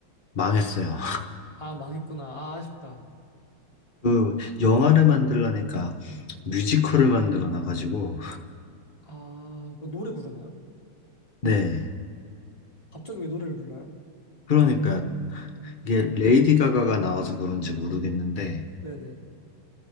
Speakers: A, on the left; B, on the left.
A: 망했어요.
B: 아, 망했구나. 아, 아쉽다.
A: 그 영화를 만들라니까 뮤지컬을 만들어 놔가지고
B: 아, 뭐 노래 부르나요?
A: 네
B: 갑자기 왜 노래를 불러요?
A: 그러니까 이게 레이디 가가가 나와서 그런지 모르겠는데
B: 네네.